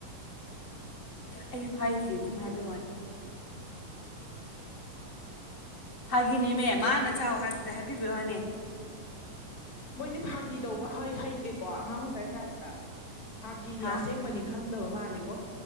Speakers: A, on the left (about 35°); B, on the left (about 80°).
A: ꯑꯩꯁꯨ ꯐꯩꯗꯦ ꯑꯗꯨꯝ ꯍꯥꯏꯕꯩ ꯋꯥꯅꯤ ꯐꯥꯒꯤꯅꯦꯃꯦ ꯃꯥꯅ ꯆꯥꯛ ꯍꯥꯏꯕꯗꯨꯗ ꯍꯥꯏꯕꯤꯕꯩ ꯋꯥꯅꯤ
B: ꯃꯣꯏꯁꯦ ꯐꯥꯒꯤ ꯇꯧꯕ ꯍꯩꯇꯦꯀꯣ ꯑꯉꯥꯡ ꯃꯁꯥꯏ ꯇꯥꯏꯞꯇ ꯐꯥꯒꯤꯅꯤ
A: ꯍꯥ
B: ꯑꯁꯦꯡꯕꯅꯤ ꯈꯪꯗꯕ ꯃꯥꯜꯂꯤꯀꯣ